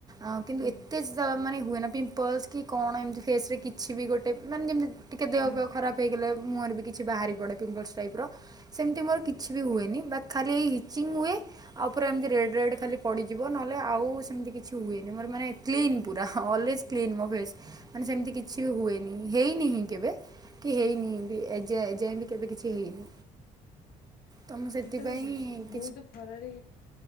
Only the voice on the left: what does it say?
ହୁଁ
ହୁଁ
ସେତେବେଳେ ବ-
ବହୁତ ଖରାରେ